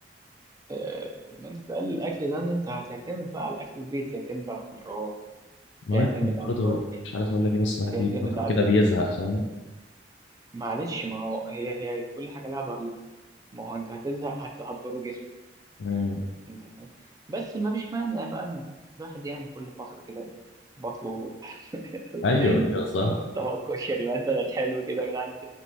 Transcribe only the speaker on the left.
ما
هو يعني
برضه
مش عارف أقول لك إيه بس الواحد
دي فترة
كده بيزهق فاهم
مم.
أيوه أيوه صح